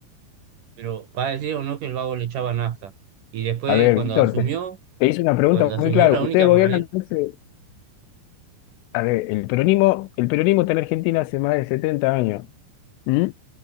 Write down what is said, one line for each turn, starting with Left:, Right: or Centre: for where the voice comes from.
Right: pero para decir o no que el vago le echaba nafta. Y después
Left: A ver,
Right: cuando
Left: Víctor,
Right: asumió,
Left: te, te hice una pregunta
Right: cuando asumió
Left: muy clara.
Right: la
Left: Ustedes
Right: única
Left: gobiernan
Right: manera,
Left: hace, a ver, el peronismo, el peronismo está en Argentina hace más de 70 años. ¿Mm?